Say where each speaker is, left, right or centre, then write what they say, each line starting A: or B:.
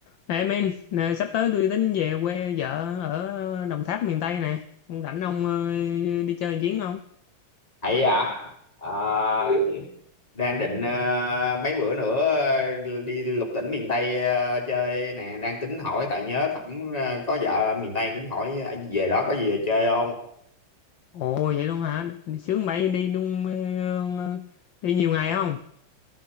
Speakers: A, on the left; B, on the left.
A: Ê men, nè, sắp tới tôi tính về quê vợ ở Đồng Tháp miền Tây nè. Ông rảnh ông ờ, đi chơi một chuyến không?
B: ấy à Ờ, đang định ờ, mấy bữa nữa ờ, đi lục tỉnh miền Tây ờ, chơi nè đang tính hỏi tại nhớ Thẩm ờ, có vợ ở miền Tây tính hỏi ờ, về đó có gì về chơi không
A: Ồ vậy luôn hả? Đi Sướng bậy đi luôn ờ, đi nhiều ngày không?